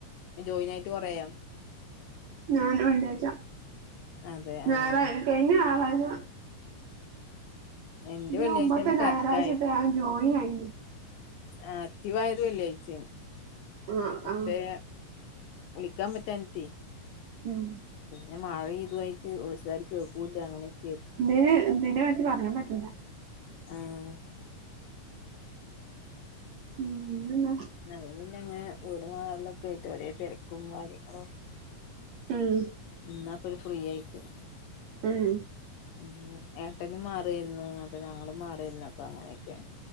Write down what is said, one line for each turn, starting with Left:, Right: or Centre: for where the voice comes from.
Left: ജോയിനായിട്ട് കൊറെയോ?
Right: ഞാൻ വള്ളി യാച്ച
Left: അതെ
Right: ഞാറാ
Left: ആഹ്
Right: കഴിഞ്ഞ ഞാറാഴ്ച്ച
Left: എന്റെ
Right: ഇതിനമ്പത്തെ
Left: വെള്ളിയാഴ്ചന്നെ
Right: ഞായറാഴ്ചട്ട്
Left: കറക്റ്റ്
Right: ഞാൻ ജോയി ആയിണ്ട്.
Left: ആ ആക്റ്റീവായത് വെള്ളായിച്ചേണ്
Right: ആഹ്
Left: പക്ഷേ.
Right: ആഹ്
Left: വിളിക്കാപറ്റാഞ്ഞട്ടേയ്.
Right: ഉം.
Left: പിന്നെ മഴതായിട്ട് ഓയിസോര് കേ ക്കൂല്ല അങ്ങനെക്കെരുന്നു.
Right: ന്തിനതിനെ പറ്റി പറയാൻ പറ്റൂല്ല.
Left: ആഹ്.
Right: ഉം ന്നെന്താ?
Left: ഞ ന്നെങ്ങനെ വീട് മാറലൊക്കാ യിട്ട് ഒരേ തെരക്കും കാര്യങ്ങളും.
Right: ഉം.
Left: ഇന്നാപ്പൊരു ഫ്രീ ആയിക്ക്ണ്.
Right: ഉം.
Left: ഉം ഏട്ടനും മാറിയിരുന്നു അപ്പൊ ഞങ്ങളും മാറിയിരുന്നു അപ്പ അങ്ങനെയൊക്കേണ്.